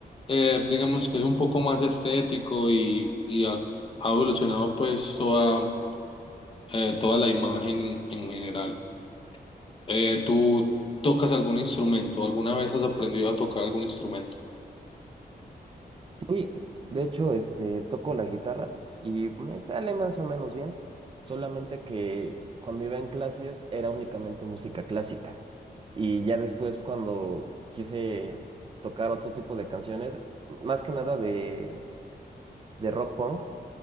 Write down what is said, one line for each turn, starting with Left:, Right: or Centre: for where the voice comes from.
Left: eh, digamos que es un poco más estético y, y ha, ha evolucionado pues toda, eh, toda la imagen en general. Eh, ¿tú tocas algún instrumento? ¿Alguna vez has aprendido a tocar algún instrumento?
Right: Sí, de hecho, este, toco la guitarra y me sale más o menos bien, solamente que cuando iba en clases era únicamente música clásica y ya después cuando quise tocar otro tipo de canciones, más que nada de, de rock punk,